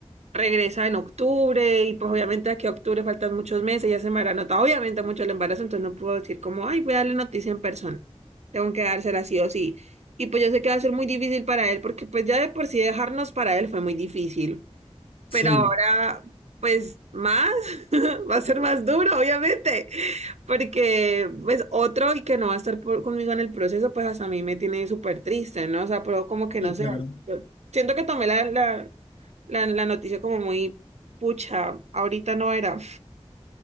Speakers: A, on the right (about 80°); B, on the left (about 55°).
A: regresa en octubre y pues obviamente aquí a octubre faltan muchos meses, ya se me habrá notado obviamente mucho el embarazo, entonces no puedo decir como, ay, voy a darle noticia en persona, tengo que dársela sí o sí. Y pues yo sé que va a ser muy difícil para él porque pues ya de por sí dejarnos para él fue muy difícil pero
B: Sí,
A: ahora, pues más, <laughs> va a ser más duro, obviamente, porque pues otro y que no va a estar por- conmigo en el proceso, pues hasta a mí me tiene súper triste, ¿no? O sea, pero como que
B: sí,
A: no sé,
B: claro.
A: yo siento que tomé la, la, la, la noticia como muy pucha, ahorita no era.